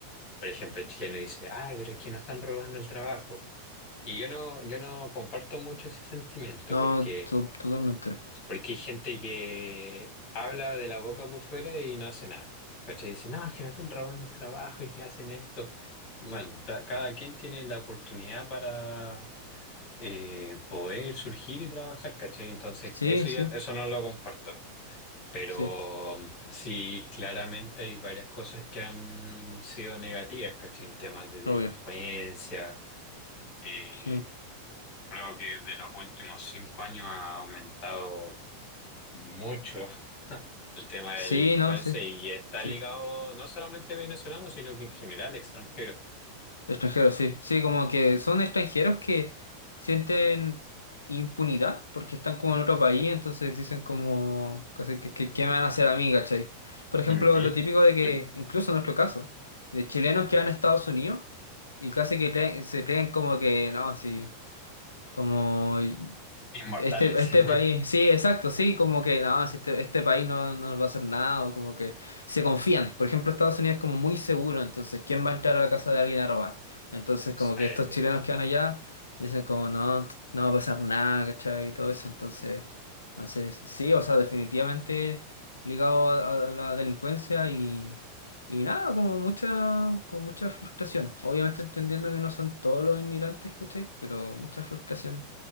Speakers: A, on the left; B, on the left.
A: por ejemplo, el chileno dice, ay, pero es que nos están robando el trabajo. Y yo no, yo no comparto mucho ese sentimiento
B: No,
A: porque...
B: to- totalmente.
A: Porque hay gente que habla de la boca por fuera y no hace nada. ¿Cachai? Dice, no, es que le están robando el trabajo y que hacen esto. Bueno, ta- cada quien tiene la oportunidad para eh, poder surgir y trabajar, ¿cachai? Entonces,
B: Sí,
A: eso
B: sí,
A: ya, eso no lo comparto. Pero
B: sí,
A: mm, sí, claramente hay varias cosas que han sido negativas, ¿cachai? En temas de delincuencia.
B: obvio.
A: eh,
B: Sí.
A: creo que de los últimos cinco años ha aumentado mucho el tema
B: Sí,
A: de la delincuencia
B: no, sí,
A: y está
B: sí.
A: ligado no solamente a venezolanos, sino que en general extranjeros.
B: Extranjeros, sí. Sí, como que son extranjeros que sienten impunidad porque están como en otro país, entonces dicen como, casi que, que, ¿qué me van a hacer a mí, cachai? Por ejemplo,
A: Ujú.
B: lo típico de que,
A: <clears throat>
B: incluso en nuestro caso, de chilenos que van a Estados Unidos y casi que creen- se creen como que, no, sí, como
A: Inmortales.
B: Este, este
A: <laughs>
B: país, sí, exacto, sí, como que no, si este, este país no, no nos va a hacer nada, o como que se confían. Por ejemplo, Estados Unidos es como muy seguro, entonces, ¿quién va a entrar a la casa de alguien a robar? Entonces, como que
A: Eh,
B: estos chilenos que van allá dicen como no, no va a pasar nada, ¿cachai? Y todo eso, entonces, entonces sí, o sea, definitivamente ligado a, a la delincuencia y, y nada, como mucha, con mucha frustración. Obviamente entendiendo que no son todos los inmigrantes, ¿cachai? Pero mucha frustración.